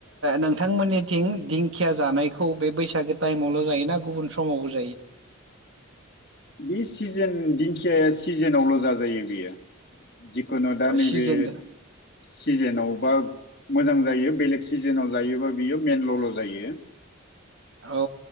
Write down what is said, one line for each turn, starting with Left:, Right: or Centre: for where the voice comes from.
Right: नोंथांमोननिथिं दिंखिया जानायखौ बे बैसागो टाइमावल जायोना गुबुन समावबो जायो
Left: बे सिजोन दिंखियााया सिजोनावल जाजायो बेयो जिखुनु दा नैबे
Right: सिजेन
Left: सिजेनाव बा मोजां जायो बेलेग सिजोनाव जायोबा बियो मेनल'ल' जायो
Right: औ